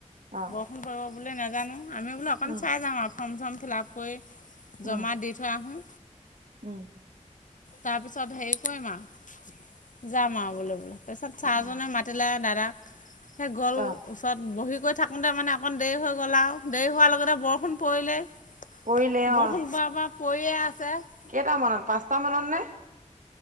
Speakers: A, on the right; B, on the left.
A: অ
B: বৰষুণ পৰিব বুলি নাজানো আমি বোলো অকণ
A: উম
B: চাই যাওঁ আৰু ফৰ্ম চৰ্ম ফিললাপ কৰি, জমা
A: উম
B: দি থৈ আহোঁ।
A: উম,
B: তাৰপিছত হেৰি কৰিম আৰ, যাম আৰু বোলো। তাৰপিছত ছাৰজনে
A: উম
B: মাতিলে দাদাক, সেই গলোঁ।
A: অ
B: <unintelligible> বহি কৰি থাকোঁতে মানে অকণ দেৰি হৈ গ'ল আউ দেৰি হোৱাৰ লগতে বৰষুণ পৰিলেই।
A: পৰিলে
B: বৰষুণ
A: অ
B: পৰাৰ পৰা পৰিয়ে আছে।
A: কেইটামানত, পাঁচটা মানত নে?